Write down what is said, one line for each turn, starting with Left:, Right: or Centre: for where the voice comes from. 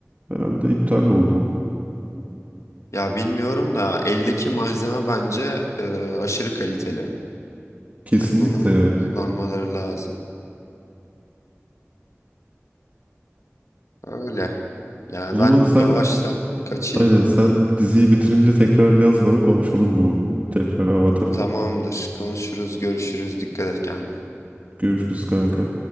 Right: herhalde iptal oldu.
Left: Ya bilmiyorum da eldeki malzeme bence e, aşırı kaliteli.
Right: Kesinlikle
Left: Hani bunu
Right: ya.
Left: kullanmaları lazım. Öyle. Yani
Right: O zaman
Left: ben
Right: sen
Left: yavaştan kaçayım.
Right: aynen sen diziyi bitirince tekrar yaz bana konuşalım bu tekrar Avatar'ı.
Left: Tamamdır. Konuşuruz, görüşürüz. Dikkat et kendine.
Right: Görüşürüz kanka.